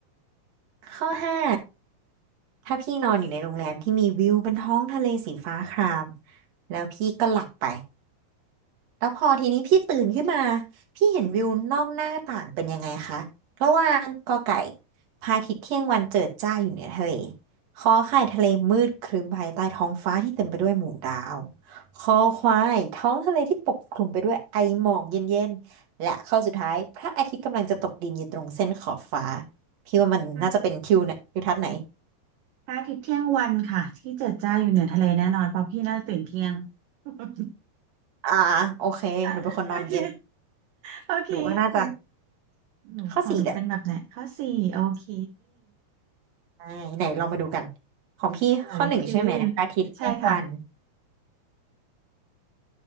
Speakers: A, on the right; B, on the right.
A: ข้อห้าถ้าพี่นอนอยู่ในโรงแรมที่มีวิวบนท้องทะเลสีฟ้าครามแล้วพี่ก็หลับไป แล้วพอทีนี้พี่ตื่นขึ้นมาพี่เห็นวิวนอกหน้าต่างเป็นยังไงคะระหว่างกอไก่พระอาทิตย์เที่ยงวันเจิดจ้าอยู่เหนือทะเลขอไข่ทะเลมืดครึ้มภายใต้ท้องฟ้าที่เต็มไปด้วยหมู่ดาวคอควายท้องทะเลที่ปกคลุมไปด้วยไอหมอกเย็นๆและข้อสุดท้ายพระอาทิตย์กำลังจะตกดินอยู่ตรงเส้นขอบฟ้าพี่ว่ามันน่าจะเป็นทิวเนี่ยทิวทัศน์ไหน
B: พระพระอาทิตย์เที่ยงวันค่ะที่เจิดจ้าอยู่เหนือทะเลแน่นอนเพราะพี่น่าจะตื่นเที่ยง <laughs>
A: อ่าโอเคหนูเป็นคนนอนเย็น
B: อ่ะโอเคโอเคของ
A: หนูก็น่าจะ
B: หนูของหนูเป็นแบบไหนข้อสี่โอเค
A: ข้อสี่แหละ ใช่ไหนเรามาดูกันของพี่ข้อหนึ่งใช่ไหมอาทิตย์เที่ยงวัน
B: เฉลยคือใช่ค่ะ